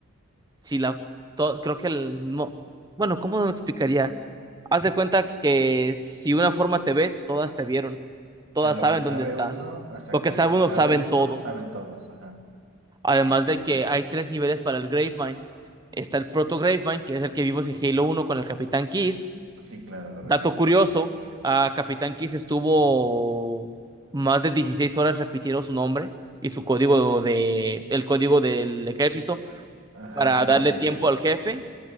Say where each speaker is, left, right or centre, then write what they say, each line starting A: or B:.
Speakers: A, on the right; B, on the right.
A: si la, to- creo que el, no, bueno, ¿cómo lo explicaría? Haz de cuenta que si una forma te ve, todas te vieron, todas
B: O sea, lo
A: saben
B: que sabe
A: dónde estás.
B: uno, exacto,
A: Lo que sabe
B: lo que
A: uno,
B: sabe
A: saben
B: uno,
A: todos.
B: saben todos, ajá.
A: Además
B: Ok.
A: de que hay tres niveles para el Gravemind. Está el Proto Gravemind, que es el que vimos en Halo uno con el Capitán Kiss.
B: Sí, claro, lo
A: Dato
B: recuerdo.
A: curioso, a Capitán Kiss estuvo más de 16 horas repitiendo su nombre y su código de, el código del ejército
B: Ajá,
A: para
B: el número
A: darle
B: de serie.
A: tiempo al jefe